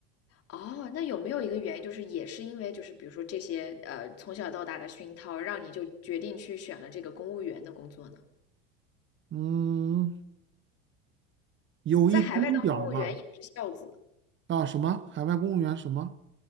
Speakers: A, on the left; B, on the right.
A: 哦，那有没有一个原因，就是也是因为就是比如说这些呃从小到大的熏陶，让你就决定去选了这个公务员的工作呢？
B: 嗯。有一丁点儿吧。
A: 在海外当公务员也是孝子。
B: 啊，什么海外公务员什么？